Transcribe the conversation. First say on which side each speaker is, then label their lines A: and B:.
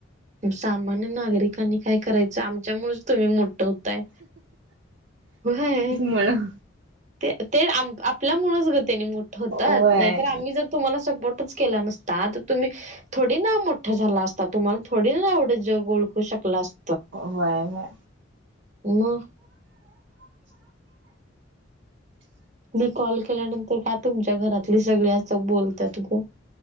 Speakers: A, on the right (about 40°); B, on the right (about 75°).
A: सामान्य नागरिकांनी काय करायचं, आमच्यामुळंच तुम्ही मोठं हु ताय, व्हय
B: वळळं
A: ते ते आपल्या मुळच ग त्यांनी मोठं होतात,
B: होय
A: नाही तर आम्ही जर तुम्हाला सपोर्टच केला नस आता तुम्ही थोडी ना मोठा झाला असता, तुम्हाला थोडी ना एवढं जग ओळखू शकलं अस
B: होय म
A: मग मी कॉल केल्यानंतर का तुमच्या घरातली सगळी असं बोलत्यात ग?